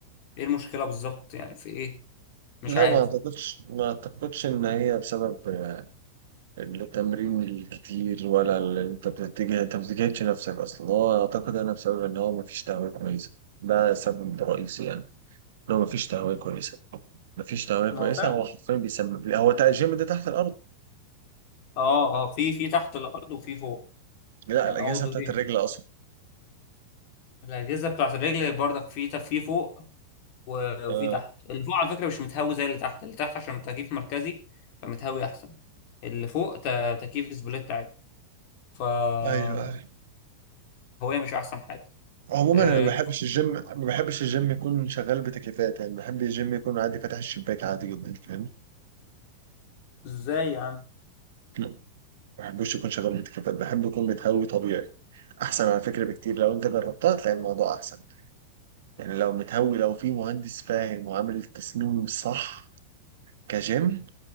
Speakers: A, on the left (about 45°); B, on the right (about 75°).
A: ايه المشكلة بالظبط يعني في ايه مش
B: لا
A: عارف
B: ما اعتقدش ما اعتقدش ان هي بسبب آه، التمرين الكتير ولا اللي انت بتتجه انت ما بتجهدش نفسك اصلا هو اعتقد انا بسبب ان هو ما فيش تهوية كويسة ده سبب رئيسي يعني ان هو ما فيش تهوية كويسة ما فيش تهوية
A: ما
B: كويسة
A: هو فعلا
B: هو حرفيا بيسبب لي هو تا- الجيم ده تحت الارض
A: اه اه في في تحت الارض وفي فوق
B: لا
A: يعني
B: الاجهزة
A: هو دورين
B: بتاعت الرجل اصلا
A: الاجهزة بتاعت الرجل برضك في في فوق و-
B: اه
A: وفي تحت اللي فوق على فكرة مش متهوي زي اللي تحت اللي تحت عشان تكييف مركزي فمتهوي أحسن اللي فوق ت- تكييف سبليت عادي فالتهوية
B: ايوه ايوه
A: مش أحسن حاجة
B: عموما
A: آه،
B: انا ما بحبش الجيم ما بحبش الجيم يكون شغال بتكييفات يعني بحب الجيم يكون عادي فاتح الشباك عادي جدا فاهم
A: ازاي يعني
B: ما بحبوش يكون شغال بتكييفات بحب يكون متهوي طبيعي احسن على فكره بكتير لو انت جربتها تلاقي الموضوع احسن يعني لو متهوي لو في مهندس فاهم وعامل التصميم صح كجيم